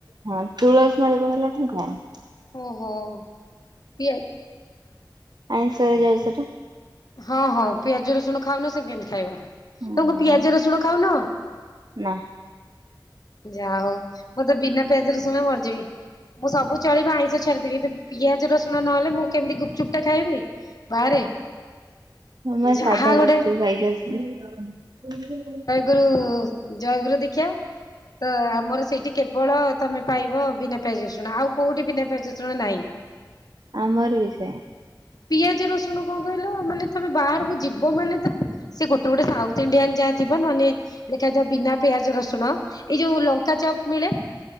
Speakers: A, on the right; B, on the left.
A: ହଁ ତୁଳସୀ ମାଳି ପକେଇଲାଠୁ ମୁଁ ଖାଏନି।
B: ଓହୋ ପିଆ
A: ଆଇଁଷ ହେଇଯାଉଛି ସେଟା।
B: ହଁ, ହଁ, ପିଆଜ ରସୁଣ ଖାଉନ ସେ କେମିତି ଖାଇବ। ତମେ
A: ହଁ
B: କଣ ପିଆଜ ରସୁଣ ଖାଉନ?
A: ନା
B: ଯହାହୋଉ। ମୁ ତ ବିନା ପିଆଜ ରସୁଣ ରେ ମରିଜିବି। ମୁଁ ସବୁ ଚଳିବ ଆଇଁଷ ଛାଡ଼ିଦେବି କିନ୍ତୁ ପିଆଜ ରସୁଣ ନହେଲେ ମୁଁ କେମିତି ଗୁପ୍‌ଚୁପ ଟା ଖାଇବି ବାହାରେ?
A: ମୁଁ ବା
B: ଯାହା
A: ସାଧା
B: ଗୋଟେ
A: ଗୁପୁଚୁପ୍ ଖାଇକି ଆସିଲି।
B: ଗୁରୁ ଜୟଗୁରୁ ଦିଖ୍ୟା। ତ ଆମର ସେଇଠି କେବଳ ତମେ ପାଇବ ବିନା ପିଆଜ ରଷୁଣ। ଆଉ କୋଉଠି ବିନା ପିଆଜ ରଷୁଣ ନାହିଁ!
A: ଆମର ବି ସେଇଆ।
B: ପିଆଜ ରସୁଣ କଣ କହିଲ? ମାନେ ତମେ ବାହାରକୁ ଯିବ ମାନେ ତ ସେ ଗୋଟେ ଗୋଟେ ସାଉଥ ଇଣ୍ଡିଆନ୍ ଯାହା ଥିବ ନହେଲେ ସେଇଟା ଯୋଉ ବିନା ପିଆଜ ରସୁଣ ଏଇ ଯୋଉ ଲଙ୍କା ଚପ ମିଳେ